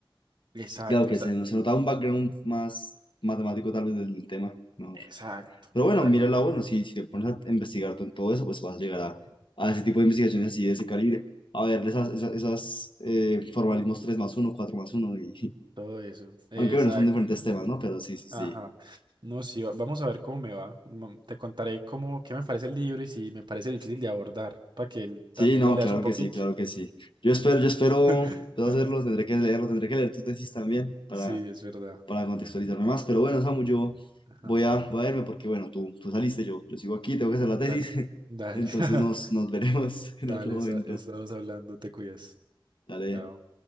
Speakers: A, on the right; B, on the left.
A: Exacto,
B: claro, que se, se notaba un background más matemático tal vez del tema, ¿no?
A: Exacto,
B: Pero
A: exacto.
B: bueno, mira la bueno, si, si te pones a investigar tú en todo eso, pues vas a llegar a, a ese tipo de investigaciones así de ese calibre, a ver esas, esas, esas eh, formalismos 3 más uno 4 más uno y, <laughs>
A: Todo eso. Exacto.
B: aunque bueno, son diferentes temas, ¿no? Pero sí, sí,
A: Ajá.
B: sí.
A: No, sí, va- vamos a ver cómo me va. Mm, Te contaré cómo, qué me parece el libro y si me parece difícil de abordar, para que él
B: Sí,
A: también
B: no,
A: lo leas
B: claro
A: un poquito.
B: que sí, claro que sí. Yo espero, yo espero,
A: <laughs>
B: espero hacerlo, tendré que leerlo, tendré que leer tu tesis también para,
A: Sí, es verdad.
B: para contextualizarme más. Pero bueno, Samu, yo
A: Ajá.
B: voy a, voy a irme porque, bueno, tú, tú saliste, yo, yo sigo aquí, tengo que hacer la tesis.
A: Dale,
B: <laughs>
A: dale.
B: Entonces
A: <laughs>
B: nos, nos veremos <laughs> en
A: Dale,
B: otro momento.
A: esa- estamos hablando, te cuidas.
B: Dale.
A: Chao.